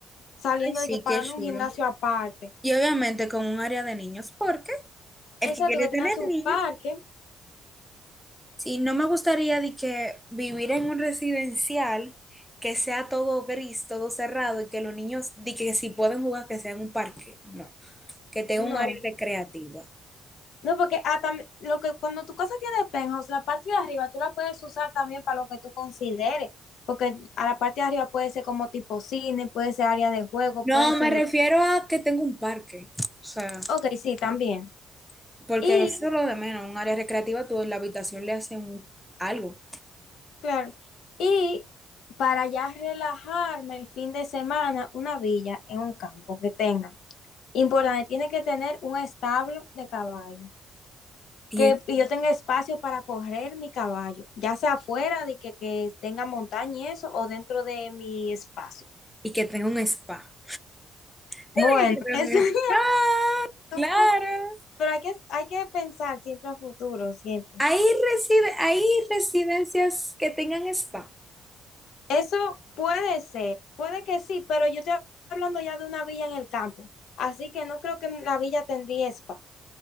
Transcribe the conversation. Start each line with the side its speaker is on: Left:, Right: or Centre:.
Left: saliendo
Centre: Ay, sí,
Left: de que pagando
Centre: qué chulo.
Left: un gimnasio aparte.
Centre: Y obviamente con un área de niños, porque el
Left: Exacto,
Centre: que quiere
Left: que
Centre: tener
Left: tenga su
Centre: niños,
Left: parque,
Centre: sí, no me gustaría de que vivir en un residencial que sea todo gris, todo cerrado y que los niños, de que si pueden jugar, que sea en un parque. No. que tenga
Left: no.
Centre: un área recreativa.
Left: No, porque ah, tam- lo que, cuando tu casa tiene penthouse, la parte de arriba tú la puedes usar también para lo que tú consideres. Porque a la parte de arriba puede ser como tipo cine, puede ser área de juego,
Centre: No,
Left: puede ser
Centre: me
Left: de...
Centre: refiero a que tenga un parque. O sea,
Left: Ok, sí, también.
Centre: porque
Left: Y,
Centre: eso es lo de menos. Un área recreativa, tú en la habitación le hacen un- algo.
Left: claro, y para ya relajarme el fin de semana, una villa en un campo que tenga. Importante, tiene que tener un establo de caballo.
Centre: Y,
Left: que
Centre: es-
Left: yo tenga espacio para correr mi caballo, ya sea afuera de que, que tenga montaña y eso, o dentro de mi espacio.
Centre: y que tenga un spa. Tiene
Left: Bueno,
Centre: que tener
Left: <laughs> eso
Centre: un
Left: es
Centre: spa, claro.
Left: un poco, pero hay que, hay que pensar siempre a futuro, siempre.
Centre: Hay, reside, hay residencias que tengan spa.
Left: Eso puede ser, puede que sí, pero yo estoy hablando ya de una villa en el campo, así que no creo que la villa tendría spa.